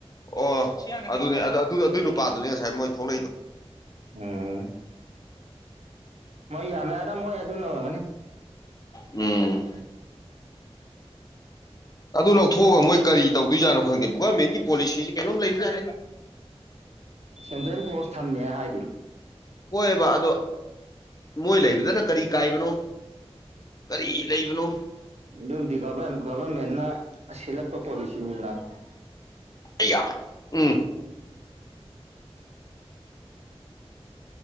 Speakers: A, on the left (about 35°); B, on the right (about 80°).
A: ꯑꯣ ꯑꯗꯨꯅꯤ ꯑꯗꯨꯏ ꯅꯨꯄꯥꯗꯨꯅꯤ ꯉꯁꯥꯏ ꯃꯣꯏ ꯊꯣꯛꯂꯛꯏꯗꯣ
B: ꯎꯝ ꯃꯣꯏ ꯌꯥꯅꯥ ꯑꯦꯗ ꯃꯣꯏ ꯑꯗꯨ ꯑꯗꯨ ꯅꯔ
A: ꯎꯝ ꯑꯗꯨ ꯂꯧꯊꯣꯛꯑꯒ ꯃꯣꯏ ꯀꯔꯤ ꯇꯧꯗꯣꯏꯖꯥꯅꯣ ꯈꯪꯗꯦ ꯒꯣꯔꯃꯦꯟꯒꯤ ꯄꯣꯂꯤꯁꯤꯁꯤ ꯀꯩꯅꯣꯝ ꯂꯩꯕꯖꯥꯠꯅꯤ
B: ꯁꯦꯟꯇ꯭ꯔꯦꯜ ꯐꯁ ꯊꯅꯤ ꯍꯥꯏ
A: ꯍꯣꯏꯕ ꯑꯗꯣ ꯃꯣꯏ ꯂꯩꯕꯗꯅ ꯀꯔꯤ ꯀꯥꯏꯕꯅꯣ ꯀꯔꯤ ꯂꯩꯕꯅꯨ
B: ꯑꯗꯨꯕꯨꯗꯤꯒ ꯒꯚꯔꯃꯦꯟꯅ ꯁꯤꯜꯂꯛꯄ ꯄꯣꯂꯤꯁꯤꯅꯤꯗꯅ
A: ꯑꯩꯌꯥ ꯎꯝ